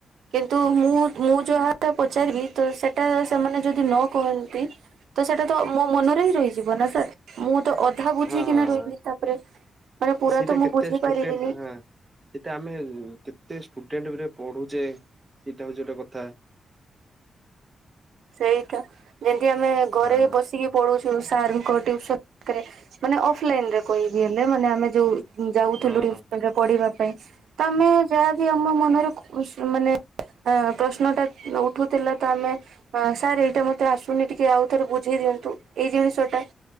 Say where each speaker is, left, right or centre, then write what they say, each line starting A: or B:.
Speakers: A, on the right; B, on the right.
A: କିନ୍ତୁ ମୁଁ ମୁଁ ଯାହା ଟା ପଚାରିଲି ତ ସେ ଟା ସେମାନେ ଯଦି ନ କହନ୍ତି ତ ସେଇଟା ତ ମୋ ମନରେ ହିଁ ରହିଯିବ ନା ସାର୍ ମୁଁ ତ ଅ ଅଧା ବୁଝିକିନା
B: ହଁ ହଁ
A: ରହିଗଲି ତାପରେ ମାନେ ପୁରା
B: ସେଇଟା
A: ତ
B: କେତେ
A: ମୁଁ ବୁଝି
B: ଷ୍ଟୁଡେଣ୍ଟ
A: ପାରିବିନି।
B: ହଁ ସେଇଟା ଆମେ କେତେ ଷ୍ଟୁଡେଣ୍ଟରେ ପଢୁଛେ ସେଇଟା ହଉଛି ଗୋଟେ କଥା।
A: ସେଇଟା ଯେମତି ଆମେ ଘରେ
B: ହଁ
A: ବସିକି ପଢୁଛୁ ସାରଙ୍କୁ କହ ଟୁୟୁସନ କରେ ମାନେ ଅଫଲାଇନରେ କହିବି ହେଲେ ମାନେ ଆମେ ଯୋଉ ଯାଉଥିଲୁ
B: ହଁ
A: ଟିୟୁସନରେ ପଢିବା ପାଇଁ ତମେ ଯାହା କି ଆମ ମନରେ ପ ମାନେ ପ୍ରଶ୍ନଟା ଉଠୁଥିଲା ତ ଆମେ ହ ସାର୍ ଏଇଟା ମତେ ଆସୁନି ଟିକେ ଆଉ ଥରେ ବୁଝେଇ ଦିଅନ୍ତୁ ଏଇ ଜିନିଷ ଟା।